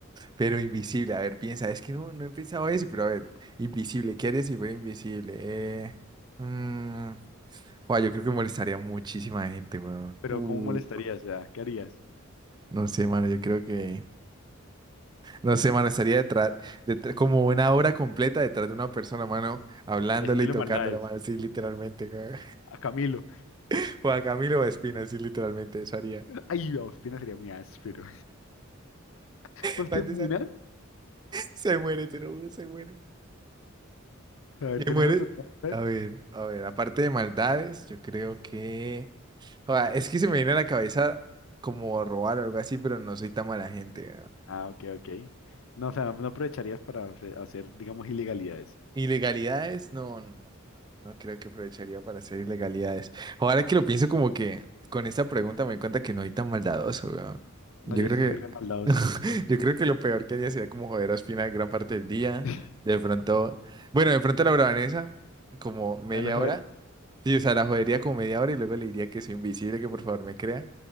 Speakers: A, on the right; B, on the left.
A: Pero invisible, a ver, piensa, es que no, no he pensado eso, pero a ver, invisible, ¿qué haría si fuera invisible? Eh, mm, joa, yo creo que molestaría a muchísima gente, weón.
B: Pero
A: Uh,
B: ¿cómo molestarías? O sea, ¿qué harías?
A: no sé, mano, yo creo que... No sé, mano, estaría detrás, detrás- como una hora completa detrás de una persona, mano, hablándole
B: Y haciéndole
A: y tocándola,
B: maldades
A: mano, así literalmente. güey.
B: a Camilo.
A: <laughs> Juan Camilo Espina, así literalmente, eso haría.
B: Ay, a Ospina sería muy áspero. <laughs> ¿Vos
A: Aparte,
B: te imaginas?
A: esa- Se muere, te lo juro, se muere.
B: A ver,
A: Se
B: ¿tenés
A: muere.
B: otro? tema? A ver.
A: A ver, a ver, aparte de maldades, yo creo que... Joda, es que se me viene a la cabeza como robar o algo así, pero no soy tan mala gente.
B: Ah, ok, ok. No, o sea, no, no aprovecharías para hace- hacer, digamos, ilegalidades.
A: ¿Ilegalidades? No, no, no, no no creo que aprovecharía para hacer ilegalidades. Ahora que lo pienso como que con esta pregunta me doy cuenta que no soy tan maldadoso, weón.
B: No,
A: Yo
B: yo
A: creo
B: sí soy re maldadoso.
A: que, <laughs> yo creo que lo peor que haría sería como joder a Ospina gran parte del día.
B: <laughs>
A: De pronto, bueno, de pronto la bravanesa, como media
B: ¿No las
A: hora. Sí, o sea, la jodería como media hora y luego le diría que soy invisible, que por favor me crea.